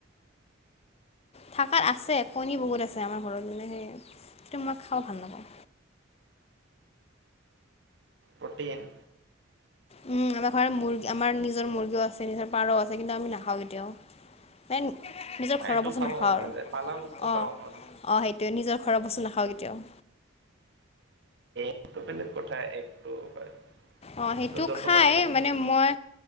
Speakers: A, on the left (about 30°); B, on the right (about 60°).
A: থাকাত আছে, কণী বহুত আছে আমাৰ ঘৰত মানে সেই সেইটো মই খাব ভাল নাপাওঁ।
B: প্ৰটিন।
A: উম, আমাৰ ঘৰত মুৰ্গী আমাৰ নিজৰ মুৰ্গীও আছে, নিজৰ পাৰ আছে কিন্তু আমি নাখাওঁ কেতিয়াও। এ নি নিজৰ
B: নাই
A: ঘৰৰ
B: এইটো
A: বস্তু
B: খাব
A: নাখাওঁ
B: মন
A: আৰু
B: নাযায় পালা বস্তু
A: অ'।
B: খাব নোৱাৰে
A: অ' সেইটোৱে, নিজৰ ঘৰৰ বস্তু নাখাওঁ কেতিয়াও।
B: <unintelligible>
A: অ' সেইটো
B: এইটো যোনটো
A: খাই
B: মাৰি কেনে
A: মানে
B: খাব নোৱাৰে
A: মই